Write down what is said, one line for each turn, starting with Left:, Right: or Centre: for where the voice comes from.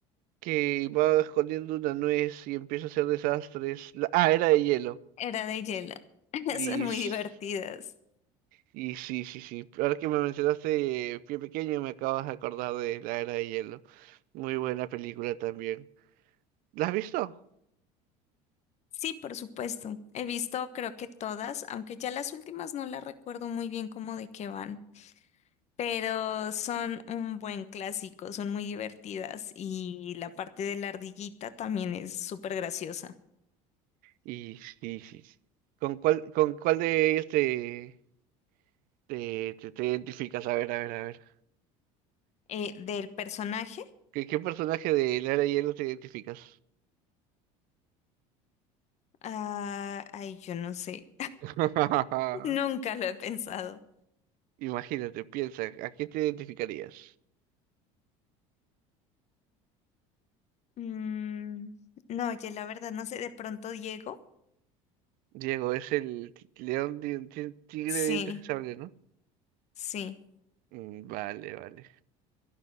Right: que va escondiendo una nuez y empieza a hacer desastres. La- ah, era de hielo.
Left: Era de Yela. <laughs>
Right: Y,
Left: Son muy
Right: s-
Left: divertidas.
Right: y sí, sí, sí. Ahora que me mencionaste eh, Pie Pequeño, me acabas de acordar de la era de hielo. Muy buena película también. ¿La has visto?
Left: Sí, por supuesto. He visto creo que todas, aunque ya las últimas no las recuerdo muy bien cómo de qué van, pero son un buen clásico, son muy divertidas y la parte de la ardillita también es súper graciosa.
Right: Y sí, sí. sí. ¿Con cuál, con cuál de ellos te, te, te, te identificas? A ver, a ver, a ver.
Left: Eh, del personaje,
Right: ¿Qué, qué personaje de la era de hielo te identificas?
Left: ah, ay, yo no sé,
Right: <laughs>
Left: <laughs> nunca lo he pensado.
Right: Imagínate, piensa, ¿a qué te identificarías?
Left: Mm, no, oye, la verdad, no sé, de pronto Diego.
Right: Diego, es el ti- león, de- ti- tigre
Left: Sí,
Right: de dientes de sable, ¿no?
Left: sí.
Right: Mm, Vale, vale.